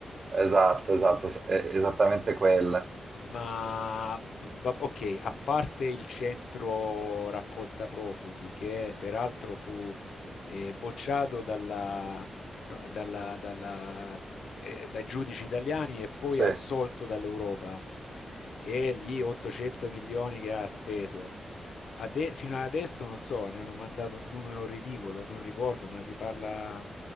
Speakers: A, on the right; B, on the left.
A: esatto, esatto, es- è esattamente quelle.
B: Ma d- va- ok, a parte il centro raccolta profughi, che peraltro fu eh, bocciato dalla- no, dalla- dalla- eh, dai giudici italiani e poi
A: Sì,
B: assolto dall'Europa, e gli 800 milioni che ha speso. Ade- fino ad adesso non so, ne hanno mandato un numero ridicolo, non ricordo, ma si parla